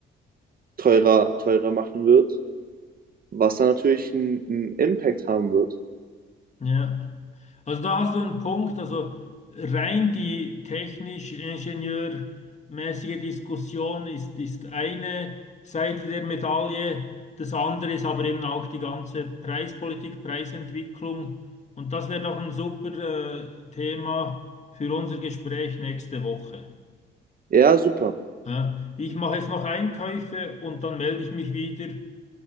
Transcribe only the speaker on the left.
Ja, also da hast du einen Punkt, also rein die technisch-ingenieurmäßige Diskussion ist, ist eine Seite der Medaille, das andere ist aber eben auch die ganze Preispolitik, Preisentwicklung und das wäre doch ein super äh, Thema für unser Gespräch nächste Woche.
Ja, ich mache jetzt noch Einkäufe und dann melde ich mich wieder